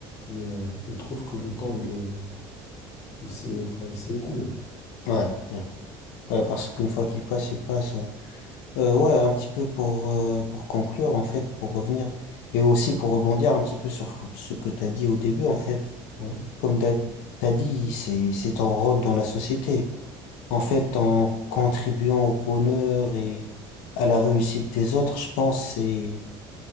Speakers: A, on the left; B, on the left.
A: Mais euh, ils trouvent que le temps, il est, il s'est, enfin, il s'est écoulé.
B: Ouais. ouais. Ouais, parce qu'une fois qu'il passe, il passe, ouais. Euh, ouais, un petit peu pour, euh, pour conclure, en fait, pour revenir, et aussi pour rebondir un petit peu sur ce que tu as dit au début, en fait.
A: Ouais,
B: Comme tu as dit, c'est, c'est ton rôle dans la société. En fait, en contribuant au bonheur et à la réussite des autres, je pense que c'est